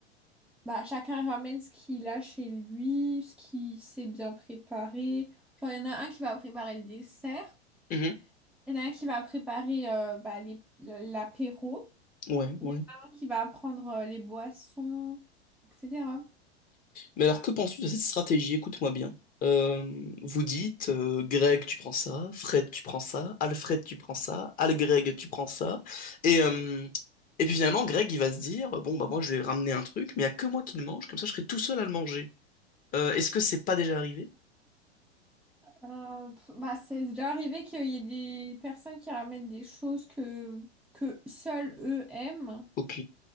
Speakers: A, in the centre; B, on the left (about 25°).
A: Bah, chacun ramène ce qu'il a chez lui, ce qu'il sait bien préparer. Genre, il y en a un qui va préparer le dessert,
B: Mhm.
A: il y en a un qui va préparer euh, bah, les- l'apéro,
B: Ouais,
A: il
B: ouais.
A: y en a un qui va prendre euh, les boissons, etc.
B: Mais alors, que penses-tu de cette stratégie? Écoute-moi bien. Euh, vous dites, euh, Greg, tu prends ça, Fred, tu prends ça, Alfred, tu prends ça, Al-Greg, tu prends ça. Et, euh, et puis finalement, Greg, il va se dire, bon, bah moi, je vais ramener un truc, mais il n'y a que moi qui le mange, comme ça, je serai tout seul à le manger. Euh, est-ce que c'est pas déjà arrivé?
A: Euh, pff, bah, c'est déjà arrivé qu'il y ait des personnes qui ramènent des choses que, que seuls eux aiment.
B: Ok,